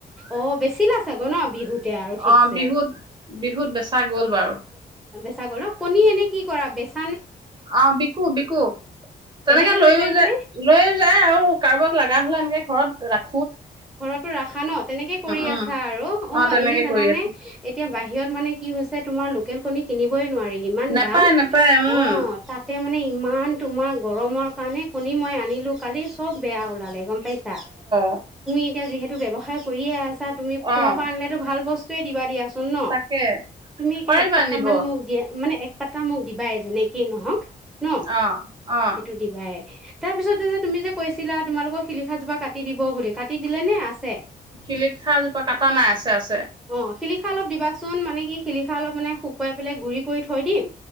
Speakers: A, in the centre; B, on the right (about 30°).
A: অ', বেছিলা ছাগো ন। বিহুতে আৰু ঠিকছে
B: অ', বিহুত-বিহুত বেছা গ'ল বাৰু।
A: বেছা গ'ল ন। কণী এনে কি কৰা। বেছ
B: অ', বিকু-বিকু। তেনেকে
A: বেলেগে
B: লৈয়ও
A: লৈ যায়হি
B: যায়-লৈয়ও
A: নে
B: যায় আৰু কাৰোবাক লাগা হ'লে এনেকে ঘৰত ৰাখ
A: ঘৰতো ৰাখা ন। তেনেকে কৰি
B: উম
A: আছা আৰু অ',
B: তেনেকে
A: এনে জানানে।
B: কৰি আছো
A: এতিয়া বাহিৰত মানে কি হৈছে। তোমাৰ লোক লোকেল কণী কিনিবই নোৱাৰি। ইমান
B: নেপায়
A: দাম অ',
B: নেপায় উম
A: তাতে মানে ইম ইমান, তোমাৰ গৰমৰ কাৰণে কণী মই আনিলো। কালি চব বেয়া ওলালে। গম পাইছা।
B: অ
A: এতিয়া যিহেতু ব্যৱসায় কৰিয়ে আছ ছা। তুমি-তোমাৰ
B: অ',
A: পৰা আনিলেতো ভাল বস য়েই দিবা দিয়া চো ন। ন',
B: তাকে
A: তুমি এতিয়া
B: পাৰিবা
A: একপাতা
B: নিব
A: মান মোক দিয়া। মানে এক পাতা মোক দিবাই যেনেকেই নহওক। ন',
B: অ', অ',
A: সেইটো দিবাই। তাৰ পিছতে যে তুমি যে কৈছিলা তোমালোকৰ শিলিখা জোপা কাটি দিব বুলি কাটি দিলেনে আছে?
B: শিলিখাজোপা কাটা নাই আছে- আছে।
A: অ শিলিখা অলপ দিবাচোন মানে কি শিলিাখা অলপ মানে শুকুৱাই পেলাই গুড়ি কৰি থৈ দিম।